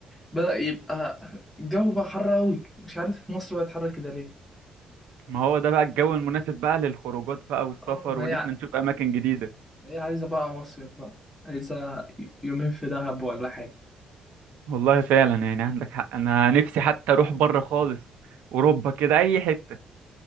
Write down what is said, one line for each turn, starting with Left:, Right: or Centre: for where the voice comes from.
Centre: بدأ يبقى الجو بقى حر أوي مش عارف مصر بقت حر كده ليه
Right: ما هو ده بقى الجو المناسب بقى للخروجات بقى والسفر
Centre: اه ما
Right: وان
Centre: هي
Right: احنا نشوف اماكن جديده
Centre: هي عايزة بقى مصيف بقى عايزة يومين في دهب ولا حاجة
Right: والله فعلا يعني عندك حق انا نفسي حتى اروح بره خالص اوروبا كده اي حته